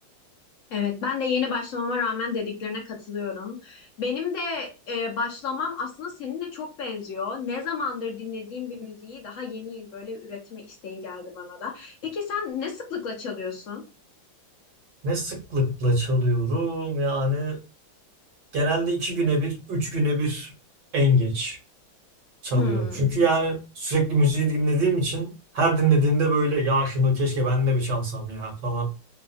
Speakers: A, on the left; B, on the right.
A: Evet, ben de yeni başlamama rağmen dediklerine katılıyorum. Benim de e, başlamam aslında seninle çok benziyor. Ne zamandır dinlediğim bir müziği daha yeni yeni böyle üretme isteği geldi bana da. Peki sen ne sıklıkla çalıyorsun?
B: Ne sıklıkla çalıyorum yani genelde iki güne bir, üç güne bir en geç. çalıyorum.
A: Hmm.
B: Çünkü yani sürekli müziği dinlediğim için her dinlediğimde böyle ya şunu keşke ben de bir çalsam ya falan.